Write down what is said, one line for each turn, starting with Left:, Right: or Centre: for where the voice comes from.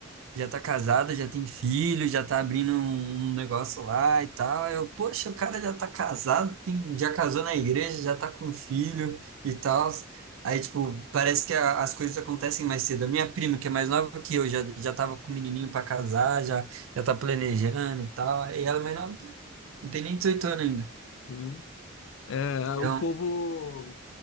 Right: já tá casada, já tem filho, já tá abrindo um um negócio lá e tal. Eu, poxa, o cara já tá casado, tem, já casou na igreja, já tá com filho e tal. Aí, tipo, parece que a- as coisas acontecem mais cedo. A minha prima, que é mais nova que eu, já, já tava com o menininho pra casar, já, já tá planejando e tal. E ela é mais nova que eu, não tem nem 18 anos ainda.
Left: Sim. É,
Right: Então,
Left: o povo.